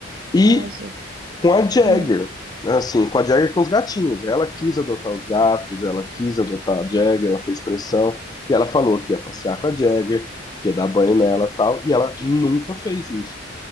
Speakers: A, on the left (about 20°); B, on the right (about 45°).
A: E
B: Ai, Jesus.
A: com a Jagger.
B: Hum.
A: né? Assim, com a Jagger e com os gatinhos. Ela quis adotar os gatos, ela quis adotar a Jagger, ela fez pressão. E ela falou que ia passear com a Jagger, que ia dar banho nela e tal. E ela nunca fez isso.